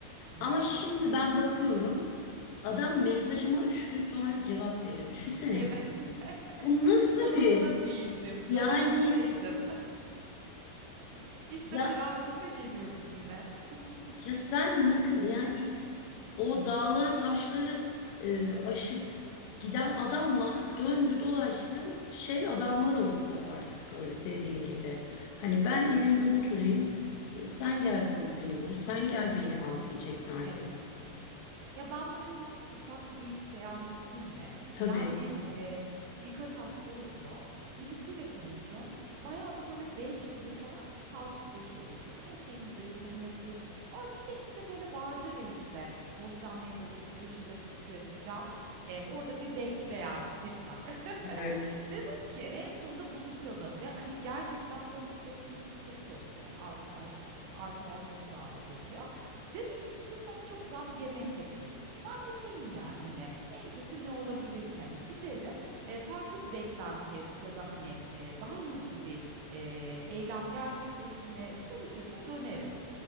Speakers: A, on the right; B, on the left.
A: Müthiş
B: Ama şimdi
A: bir şey.
B: ben bakıyorum, adam mesajıma üç gün sonra cevap veriyor. Düşünsene
A: Evet.
B: ya.
A: <laughs>
B: Bu nasıl
A: Modumda
B: bir
A: değildim,
B: yani
A: dönemimdeydim. <laughs> İşte
B: ya
A: prensese geliyoruz yine. <laughs>
B: ya sen ne kı- yani O dağları taşları e, aşıp giden adamlar döndü dolaştı şey adamlar oldular artık böyle dediğin gibi. Hani ben evimde oturayım e, sen gel bun- beni bul sen gel beni al diyecek neredeyse.
A: Evet. Ya, ben, böyle, çok ufak bir şey anlatayım mı?
B: Tabii.
A: Yani, eee, birkaç hafta oluyor. Birisiyle konuşuyorum E, bayağı da, böyle, 5 yıldır falan biz takipleşiyoruz. Her şeyimize yorum yapıyoruz ama bir şekilde, böyle, vardır ya, işte, sosyal medyada bir köşede pusuya düşen, eee, orada bir bekleyen tipler.
B: Evet.
A: Dedim ki en sonunda buluşalım ve hani gerçekten böyle sürekli işte çok sosyal arkadaş canlısı arkadaşlarını davet ediyor. Dedi ki işte sana çok güzel bir yemek yapayım. Ben de şeyim yani hani en kötü ne olabilir ki hani giderim e, farklı bir beklentiye ya da hani e, daha hızlı bir e, eylem gerçekleştirmeye çalışırsa dönerim.